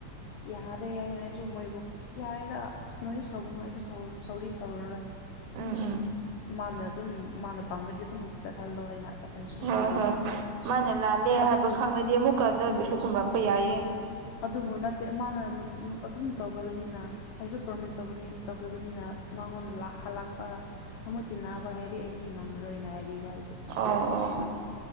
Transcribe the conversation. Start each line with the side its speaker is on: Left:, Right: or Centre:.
Left: ꯌꯥꯔꯦ ꯍꯥꯏꯅ ꯑꯩꯁꯨ ꯃꯣꯏꯕꯨ ꯌꯥꯔꯦꯗ ꯑꯁ ꯅꯣꯏ ꯁꯥꯎꯒꯅ‍ꯣ ꯑꯩꯁꯨ ꯁꯥꯎ ꯁꯥꯎꯗꯤ ꯁꯥꯎꯔꯔꯣꯏ
Right: ꯎꯝ
Left: ꯑꯗꯨꯝ
Right: ꯎꯝ
Left: ꯃꯥꯅ ꯑꯗꯨꯝ ꯃꯥꯅ ꯄꯥꯝꯃꯗꯤ ꯑꯗꯨꯝ ꯆꯠꯍꯜꯂꯣ ꯍꯥꯏꯅ ꯑꯩꯁꯨ ꯑꯗꯨꯝ
Right: ꯍꯣꯏ
Left: ꯍꯥꯏꯕꯤꯈ꯭ꯔꯦ
Right: ꯍꯣꯏ ꯃꯥꯅ ꯂꯥꯜꯂꯦ
Left: ꯑꯗꯨꯕꯨ
Right: ꯍꯥꯏꯕ ꯈꯪꯂꯗꯤ ꯑꯃꯨꯛꯀ ꯅꯣꯏꯕꯨꯁꯨ
Left: ꯎꯝ
Right: ꯈꯨꯝꯂꯛꯄ ꯌꯥꯏꯌꯦ
Left: ꯑꯗꯨꯕꯨ ꯅꯠꯇꯦ ꯃꯥꯅ <unintelligible> ꯑꯗꯨꯝ ꯇꯧꯈ꯭ꯔꯕꯅꯤꯅ ꯑꯩꯁꯨ ꯄ꯭ꯔꯣꯃꯤꯁ ꯇꯧꯕꯅꯤ ꯇꯧꯈ꯭ꯔꯕꯅꯤꯅ ꯃꯉꯣꯟꯗ ꯂꯥꯛꯍꯜ ꯂꯥꯛꯄ ꯑꯃꯨꯛ ꯇꯤꯟꯅꯕ ꯍꯥꯏꯗꯤ ꯑꯩꯗꯤ ꯉꯝꯃꯔꯣꯏꯅ ꯍꯥꯏꯕꯤꯕ ꯍꯥꯏꯗꯤ
Right: ꯑꯣ ꯑꯣ